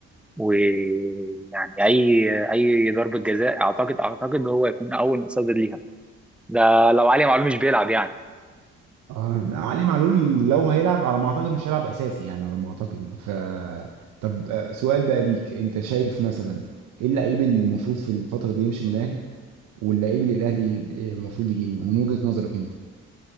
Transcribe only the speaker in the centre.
ويعني اي اي ضربه جزاء اعتقد اعتقد هو يكون اول مصدر ليها ده لو علي معلول مش بيلعب يعني